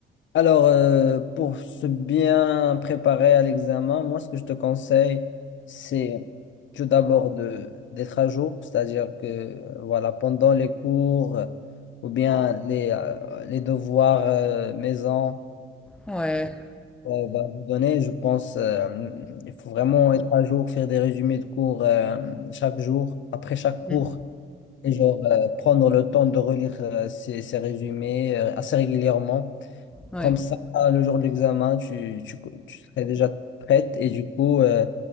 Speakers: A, on the left; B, in the centre.
A: Alors, euh, pour se bien préparer à l'examen, moi, ce que je te conseille, c'est tout d'abord de d'être à jour, c'est-à-dire que, euh, voilà, pendant les cours euh, ou bien les, euh, les devoirs euh, maison,
B: Ouais.
A: euh, va vous donner. Je pense euh, il faut vraiment être à jour, faire des résumés de cours euh, chaque jour, après chaque cours,
B: Mm.
A: et genre euh, prendre le temps de relire euh, ces, ces résumés euh, assez régulièrement.
B: Ouais.
A: Comme ça, le jour de l'examen, tu, tu, tu serais déjà prête. Et du coup, euh,